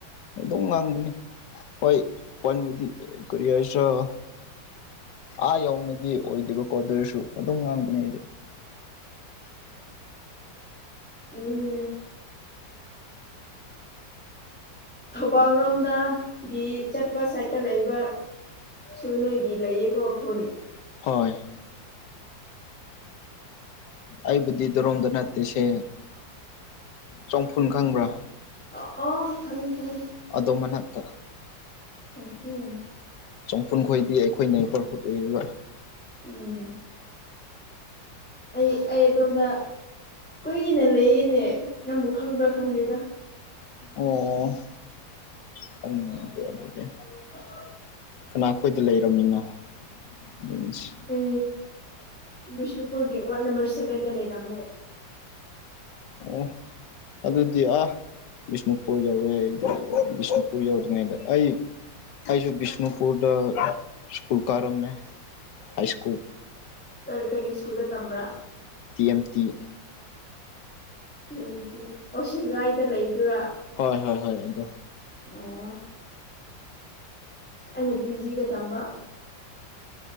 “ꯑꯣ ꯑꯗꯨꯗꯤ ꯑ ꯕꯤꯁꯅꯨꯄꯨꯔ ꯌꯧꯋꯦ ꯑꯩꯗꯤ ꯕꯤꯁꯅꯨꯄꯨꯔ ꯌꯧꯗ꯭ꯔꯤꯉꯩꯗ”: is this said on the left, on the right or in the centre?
Left